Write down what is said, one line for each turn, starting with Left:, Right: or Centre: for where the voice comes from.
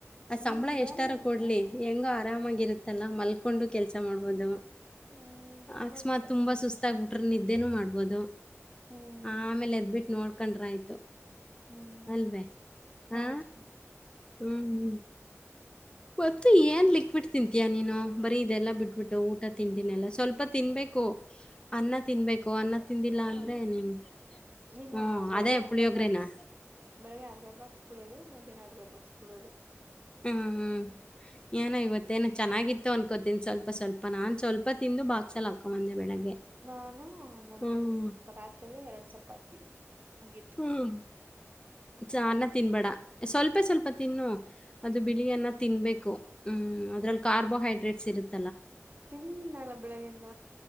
Left: ಆ
Right: ಹ್ಮ್
Left: ಸಂಬಳ
Right: ಬನ್ನಿ
Left: ಎಷ್ಟಾರ ಕೊಡ್ಲಿ ಹೆಂಗೋ ಆರಾಮಾಗಿ ಇರುತ್ತಲ್ಲ. ಮಲ್ಕೊಂಡು ಕೆಲ್ಸ ಮಾಡಬಹದು
Right: ಹ್ಮ್
Left: ಅಕಸ್ಮಾತ್
Right: ಬಟ್
Left: ತುಂಬಾ ಸುಸ್ತಾಗಬಟ್ಟ. ಆಟ್ರ ನಿದ್ದೇನೂ ಮಾಡ್ಬೋದು
Right: ಹ್ಮ್
Left: ಆಮೇಲೆ ಎದ್ಬಿಟ್ಟು ನೋಡ್ಕೊಂಡ್ರೆ ಆಯ್ತು.
Right: ಹ್ಮ್
Left: ಅಲ್ವೇ ಹಾ
Right: ಹೌದು
Left: ಹ್ಮ್ ಹ್ಮ್. ಒತ್ತು ಏನ್ ಲಿಕ್ವಿಡ್ ತಿಂತೀಯಾ ನೀನು ಬರೀ ಇದೆಲ್ಲಾ ಬಿಟ್ಬಿಟ್ಟು ಊಟ ತಿಂಡಿನಿಲ್ಲ ಸ್ವಲ್ಪ ತಿನ್ಬೇಕು. ಕೊಅನ್ನ ತಿನ್ಬೇಕು ಅನ್ನ ತಿಂದಿಲ್ಲ ಅಂದ್ರೆ ನೀನ್.
Right: ನಿನ್
Left: ಹ್ಮ್
Right: ಅರ್ಧ ಬೆಳಗ್ಗೆ
Left: ಅದೇ
Right: ಅರ್ಧ
Left: ಪುಳಿಯೋಗ್ರೆನಾ?
Right: ಬಾಕ್ಸ್ ಬೆಳಗ್ ಅರ್ಧ ಬಾಕ್ಸ್ ಪುಳಿಯೋಗರೆ ಮಧ್ಯಾಹ್ನ ಅರ್ಧ ಬಾಕ್ಸ್ ಪುಳಿಯೋಗರೆ
Left: ಹ್ಮ್ ಹ್ಮ್ ಏನೋ ಇವತ್ತೇಏನು ಚೆನ್ನಾಗಿತ್ತು ಅನ್ಕೋತೀನಿ ಸ್ವಲ್ಪ. ಪ ಸ್ವಲ್ಪ ನಾನ್ ಸ್ವಲ್ಪ ತಿಂದು ಬಾಕ್ಸಲ್ಲಿ ಹಾಕ ಒಂದೆ ಬೆಳಗ್ಗೆ.
Right: ನಾನು ಮಧ್ಯಾಹ್ನ
Left: ಹ್ಮ್
Right: ರಾತ್ರೆಗೆ ಎರಡ್ ಚಪಾತಿ. ಮುಗೀತು
Left: ಹ್ಮ್ ಚಾರ್ನ ತಿನ್ಬೇಡ ಸ್ವಲ್ಪ ಸ್ವಲ್ಪ ತಿನ್ನು ಅದು ಬಿಳಿಯನ್ನ
Right: ಹ್ಮ್
Left: ತಿನ್ಬೇಕು ಹ್ಮ್. ಹ್ಮ್ ಅದ್ರಲ್ಲಿ ಕಾರ್ಬೋಹೈಡ್ರೇಟ್ಸ್ ಇರುತ್ತೆ.
Right: ತಿನ್ನಲ್ಲ ಬೆಳಗಿಂದ.